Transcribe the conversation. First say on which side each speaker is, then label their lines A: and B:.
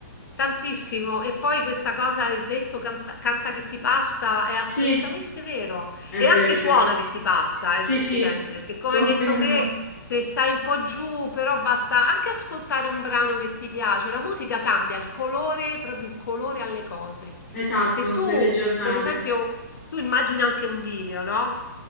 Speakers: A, on the left (about 70°); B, on the left (about 45°).
A: tantissimo. E poi questa cosa, il detto canta, canta che ti passa, è assolutamente
B: Sì,
A: vero.
B: è
A: E
B: vero,
A: anche suona
B: è vero.
A: che ti passa,
B: Sì,
A: eh, se
B: sì,
A: ci pensi, perché come
B: confermo.
A: hai detto te, se stai un po' giù, però basta anche ascoltare un brano che ti piace. La musica cambia il colore, proprio il colore alle cose.
B: Esatto,
A: Se tu,
B: delle giornate.
A: per esempio, tu immagina anche un video, no?